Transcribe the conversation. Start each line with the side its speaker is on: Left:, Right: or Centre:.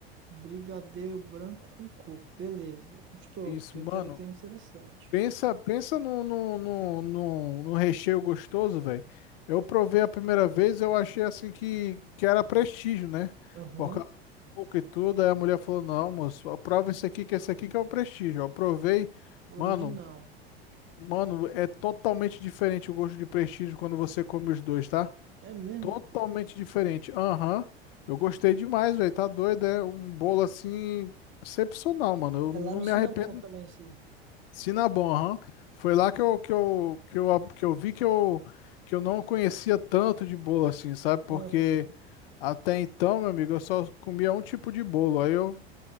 Right: Brigadeiro branco com coco, beleza, gostoso,
Left: Isso,
Right: tô
Left: mano.
Right: entretenido, interessante.
Left: Pensa, pensa no, no, no, no, no recheio gostoso, velho. Eu provei a primeira vez, eu achei assim que, que era prestígio, né?
Right: Aham,
Left: Por causa do pouco e tudo. Aí a mulher falou: Não, moço, prova esse aqui, que esse aqui que é o prestígio. Eu provei,
Right: original.
Left: mano, mano, é totalmente diferente o gosto de prestígio quando você come os dois, tá?
Right: É mesmo?
Left: Totalmente diferente. Aham, eu gostei demais, velho. Tá doido, é um bolo assim, excepcional, mano. Eu
Right: É
Left: não
Right: lá no
Left: me
Right: Sinabon
Left: arrependo
Right: também, isso aí.
Left: Cinnabon, aham. Foi lá que eu, que eu, que eu, que eu vi que eu, que eu não conhecia tanto de bolo assim, sabe? Porque
Right: Aham,
Left: até então, meu amigo, eu só comia um tipo de bolo. Aí eu,